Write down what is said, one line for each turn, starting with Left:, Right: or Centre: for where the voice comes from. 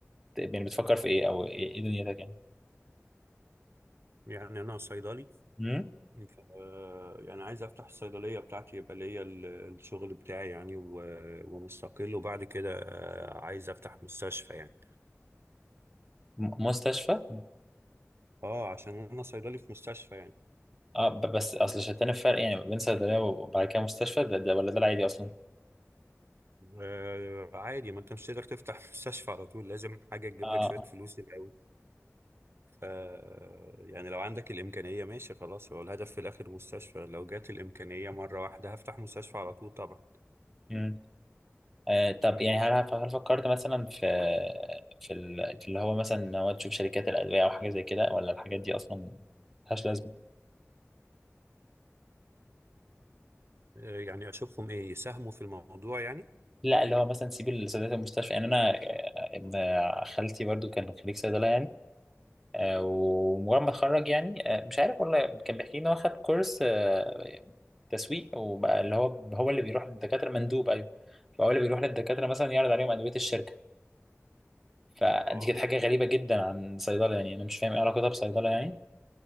Centre: يعني بتفكر في ايه او ايه إيه دنيتك يعني
Right: يعني أنا صيدلي
Centre: مم؟
Right: ف- يعني عايز أفتح الصيدلية بتاعتي يبقى ليا ال- الشغل بتاعي يعني و- ومستقل وبعد كده آه، عايز أفتح مستشفى يعني
Centre: م- مستشفى
Right: أه عشان أنا صيدلي في مستشفى يعني
Centre: اه ب- بس اصل شتان الفرق يعني بين صيدليه وبعد كده مستشفى ده, ده ولا ده العادي اصلا
Right: آه عادي ما أنت مش تقدر تفتح <laughs> مستشفى على طول لازم حاجة تجيب
Centre: اه
Right: لك شوية فلوس الأول ف يعني لو عندك الإمكانية ماشي خلاص هو الهدف في الآخر مستشفى لو جات الإمكانية مرة واحدة هفتح مستشفى على طول طبعا
Centre: امم آه طب
Right: مم.
Centre: يعني هل هل فكرت مثلا في في, ال- في اللي هو مثلا ان هو تشوف شركات الادويه او حاجه زي كده ولا الحاجات دي اصلا ملهاش لازمه
Right: آه، يعني أشوفهم إيه يساهموا في الموضوع يعني
Centre: لا اللي هو مثلا سيب صيدليه المستشفى يعني انا آه، ابن خالتي برضو كان خريج صيدله يعني آه، ومجرد ما اتخرج يعني آه، مش عارف والله كان بيحكي لي ان هو خد كورس آه، تسويق وبقى اللي هو هو اللي بيروح للدكاتره مندوب ايوه فهو اللي بيروح للدكاتره مثلا يعرض عليهم ادويه الشركه فدي
Right: اه
Centre: كانت
Right: لا
Centre: حاجه غريبه جدا عن صيدله يعني انا مش فاهم ايه علاقتها بصيدله يعني